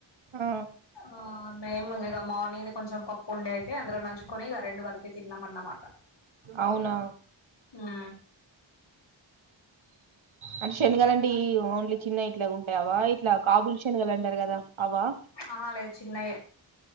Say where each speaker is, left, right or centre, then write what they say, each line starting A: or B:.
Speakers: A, on the right; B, on the left.
A: ఆ
B: ఆ మేము ఇగ మార్నింగ్ ది కొంచెం పప్పు ఉండే అయితే అందులో నంజుకోని ఇగ రెండు కలుప్ ఇగ తిన్నం అన్నమాట
A: అవునా
B: అ
A: అంటే శనగలండి ఓన్లీ చిన్నయి ఇట్లా ఉం టవా ఇట్లా కాబుల్షన్గాలంటారు కదా అవా
B: ఆహా లేదు చిన్నయే